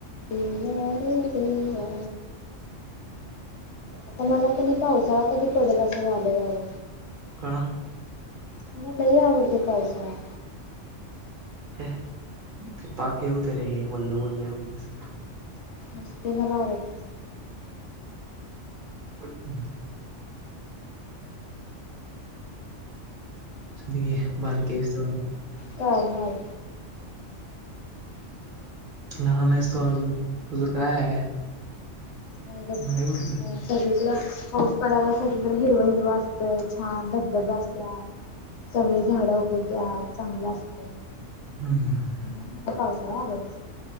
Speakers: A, on the left; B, on the right.
A: देवा रे देवा.
B: <inaudible>
A: आता मला कणी पावसाळा कधी पडल. असं झालंय बाबा.
B: का.
A: मला लई आवडतोय पावसाळा.
B: हे ते पाक हे हुतय रे. वल्ल-वल्ल-वल्ल.
A: असू दे मला आवडतंय.
B: हम्. दे बारकी हाईस तू अजून.
A: काय नाय.
B: लहान आहेस तो अजून तुझं काय.
A: नाहीबग तर
B: आहे कुठलं
A: सगळीकड. पाऊस पडाल्यावर सगळीकडे हिरवं हिरवं असतंय. छान धबधब असत्यात. सगळी झाड उगवत्यात. चांगलं असतंय.
B: हम्म.
A: म्हणून मला पावसाळा आवडतोय.